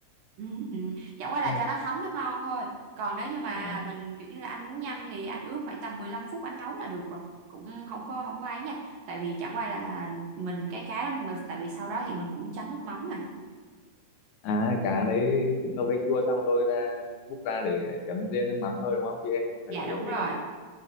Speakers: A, on the right (about 70°); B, on the left (about 75°).
A: Ừ, ừ. chẳng qua là
B: <laughs>
A: cho nó thấm nó ngon thôi còn nếu như mà
B: Ờ.
A: mình kiểu như là anh muốn nhanh thì anh ướp khoảng tầm 15 phút anh nấu là được rồi cũng không có không có ấy nha tại vì chẳng qua là mình cái cá đó mình tại vì sau đó thì mình cũng chấm nước mắm mà
B: à cá đấy cũng nấu canh chua xong lôi ra múc ra để chấm riêng nước mắm thôi đúng không chứ em không phải
A: dạ
B: là ướp
A: đúng
B: để
A: rồi
B: đậm vị